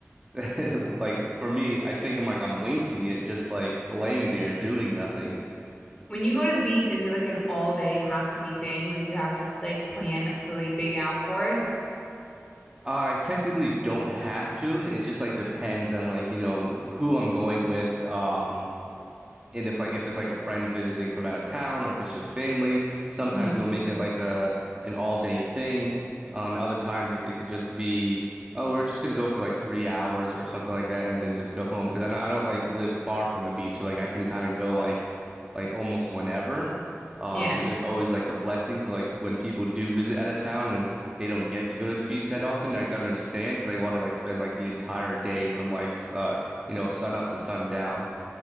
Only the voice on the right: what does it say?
<laughs> like for me I think I'm like I'm wasting it just like laying there doing nothing
I technically don't have to. It just like depends on like, you know, who I'm going with, um, and if like if it's like a friend visiting from out of town or if it's just family, sometimes
you'll make it like a an all day thing. On other times it, it could just be, oh, we're just gonna go for like three hours or something like that and then just go home. Because I don't I don't like live far from the beach. Like I can kind of go like like almost whenever, uh,
which is always like a blessing. So like when people do visit out of town and they don't get to go to the beach that often, like understand. So they want to like spend like the entire day from like s- uh you know sun up to sundown.